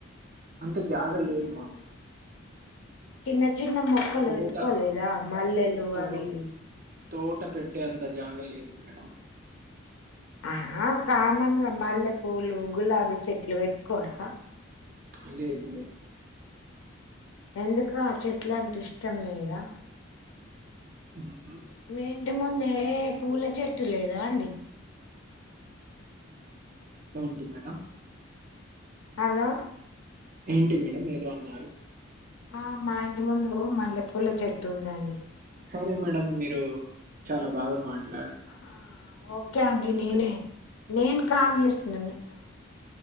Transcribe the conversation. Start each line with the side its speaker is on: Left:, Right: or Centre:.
Right: అంత జాగ లేదు
Left: ఏమన్నా
Right: మాకు
Left: చిన్న చిన్న మొక్కలు
Right: తోట
Left: పెట్టుకోలేదా మల్లెలు
Right: తో
Left: అవి ఇవి
Right: తోట పెట్టే అంత జాగ లేదు మేడం
Left: ఆ కామన్ గా మల్లె పూవలు గులాబీ చెట్లు పెట్కోరా
Right: అ లేదు లేదు
Left: ఎందుకు ఆ చెట్ల అంటే ఇష్టం లేదా
Right: మ్మ్.
Left: మీ ఇంటి ముందే పూల చెట్టు లేదా అండి
Right: ఏంటి మేడం
Left: హలో
Right: ఏంటి మేడం ఏదో అన్నారు
Left: ఆ మా ఇంటి ముందు మల్లెపూల్ల చెట్టు ఉందండి
Right: సారీ మేడం మీరు చాలా బాగా మాట
Left: ఆ ఓకే అండి నేనే
Right: యూ
Left: నేను కాల్ చేసి నన్నే మాట్లాడ్